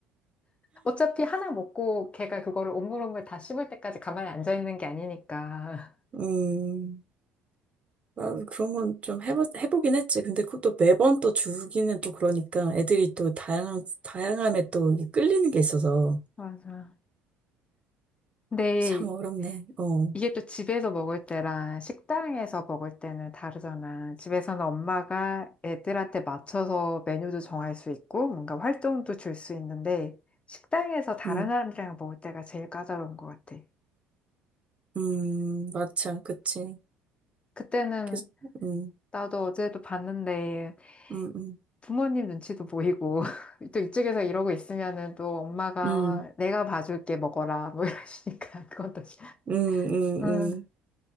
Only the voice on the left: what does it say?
어차피 하나 먹고 걔가 그거를 오물오물 다 씹을 때까지 가만히 앉아 있는 게 아니니까.
맞아. 근데
이게 또 집에서 먹을 때랑 식당에서 먹을 때는 다르잖아. 집에서는 엄마가 애들한테 맞춰서 메뉴도 정할 수 있고, 뭔가 활동도 줄 수 있는데, 식당에서 다른
사람들이랑 먹을 때가 제일 까다로운 것 같아.
그때는
나도 어제도 봤는데,
부모님 눈치도 보이고, <laughs> 또 이쪽에서 이러고 있으면은 또 엄마가
내가 봐줄게 먹어라, 뭐 이러시니까, <laughs> 그것도. 시-
응.